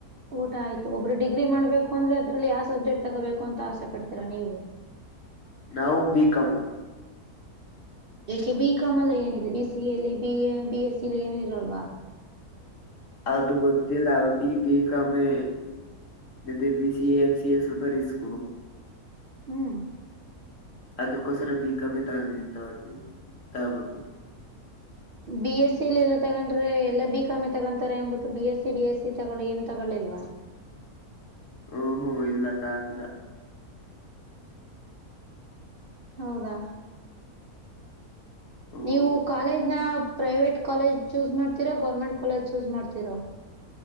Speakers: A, on the right; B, on the left.
A: ಊಟ ಆಯ್ತು ಒಬ್ರು ಡಿಗ್ರಿ ಮಾಡ್ಬೇಕು ಅಂದ್ರೆ ಅದ್ರಲ್ಲಿ ಯಾವ ಸಬ್ಜೆಕ್ಟ್ ತಗೋಬೇಕು ಅಂತ ಆಸೆ ಪಡ್ತೀರಾ ನೀವು.
B: ನಾವು ಬಿಕಂಮು.
A: ಯಾಕ್ಕೆ ಬಿ ಕಾಮ್ ಎಲ್ಲ ಏನಿದೆ ಬಿ ಸಿ ಎಲ್ಲಿ ಬಿ ಎಸ್ಸಲ್ಲಿ ಏನು ಇರಲ್ವಾ.
B: ಅದು ಗೊತ್ತಿಲ್ಲ ಒಟ್ಟಿಗೆ B ಕಮ್ಮೆ M B B C A M C A ಸ್ವಲ್ಪ್ ರಿಸ್ಕು.
A: ಹ್ಮ್.
B: ಅದಕ್ಕೋಸ್ಕರ ಬಿಕಂಮ್ಮಿ ತೊಗೋದಿನಿ ತಗಬೇಕು.
A: ಬಿ ಎಸ್ಸಲಿ ಎಲ್ಲ ತಗೊಂಡ್ರೆ ಎಲ್ಲಾ ಬಿ ಕಾಮಿ ತಗೊಂತಾರೆ ಅಂಬಬಿಟ್ಟು ಬಿ ಎಸ್ಸ ಬಿ ಎಸ್ ಸಿ ತಗೊಳ್ಳಿ ಏನು ತಗೊಳ್ಳಳಿಲ್ವಾ.
B: ಹೂ ಹ್ಮ್ ಇಲ್ಲ ತಗೊಂಡ್ ಇಲ್ಲ.
A: ಹೌದಾ.
B: ಹ್ಮ್
A: ನೀವು ಕಾಲೇಜ್ ನ. ಪ್ರವೇಟ್ ಕಾಲೇಜ್ ಚೂಸ್ ಮಾಡ್ತಿರಾ ಗೌರ್ಮೆಂಟ್ ಕಾಲೇಜ್ ಚೂಸ್ ಮಾಡ್ತಿರೊ.